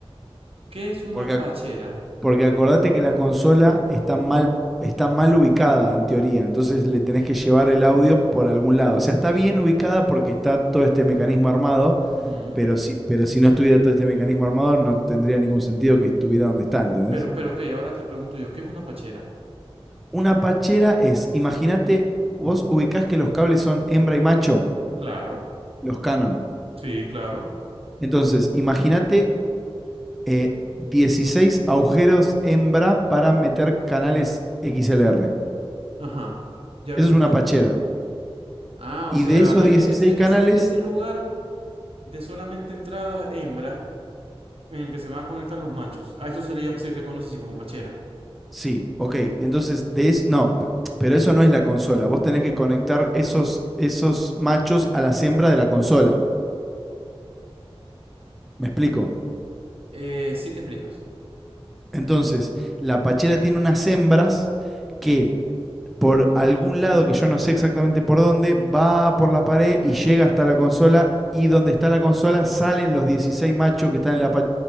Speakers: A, on the right; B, in the centre.
A: ¿Qué es una
B: Porque,
A: pachera?
B: porque acordate que la consola está mal, está mal ubicada en teoría, entonces le tenés que llevar el audio por algún lado. O sea, está bien ubicada porque está todo este mecanismo armado,
A: Ujú.
B: pero si, pero si no estuviera todo este mecanismo armado no tendría ningún sentido que estuviera donde está, ¿entendés?
A: Pero, pero, ok, ahora te pregunto yo, ¿qué es una pachera?
B: Una pachera es, imagínate, vos ubicás que los cables son hembra y macho,
A: Claro,
B: los Canon.
A: sí, claro.
B: Entonces, imagínate eh, 16 agujeros hembra para meter canales XLR.
A: Ajá, ya me
B: Eso
A: estoy
B: es una pachera.
A: ubicando. Ah,
B: Y
A: o sea,
B: de esos
A: e-
B: 16
A: e- ese,
B: canales,
A: ese, e, ese lugar de solamente entradas hembra en el que se van a conectar los machos. A eso se le llama, se le conoce así como pachera.
B: sí, ok. Entonces, de eso, no, p- pero eso no es la consola. Vos tenés que conectar esos, esos machos a las hembras de la consola. ¿Me explico?
A: Eh, sí te explicas.
B: Entonces, la pachera tiene unas hembras que por algún lado que yo no sé exactamente por dónde, va por la pared y llega hasta la consola y donde está la consola salen los 16 machos que están en la pa-